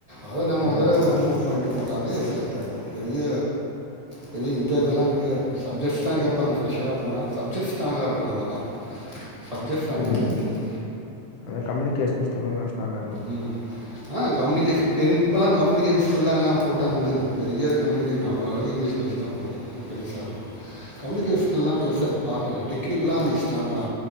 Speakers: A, on the right; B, on the left.
A: அது நம்ம
B: ஆ.
A: ஒதர ஹோம்ஒர்க் பண்ட்டு போனாவே செலக்ட் ஆயிர்லா பெரிய பெரிய இந்த இதெல்லா கெடயாது சப்ஜெக்ட்ஸ் தா கேப்பாங்க ஃப்ரெஷ்ஷரா போனா சப்ஜெக்ட்ஸ் ஸ்ட்ராங்கா இருக்கனு அவ்ளதா சப்ஜெக்ட் ஸ்ட்ராங்கா
B: ம்.
A: இருந்தா போது
B: அதான் கம்யூனிகேஷன் ஸ்கில்லும் நான் ஸ்ட்ராங்கா இருக்கும்.
A: ம் ஆ கம்யூனிகேஷ் பெரும்பலா கம்யூனிகேஷன் ஸ்கில்லா எல்லா போட்டா வந்துருது பெரிய கம்யூனிகே என்னா ஓரளவுக்கு இங்கிலீஷ் பேசுனா போது என்ன பெருசா கம்யூனுகே ஸ்கில்லா பெருசா பாக்கல டெக்னிக்கலா அந்த ஸ்ட்ராங்கா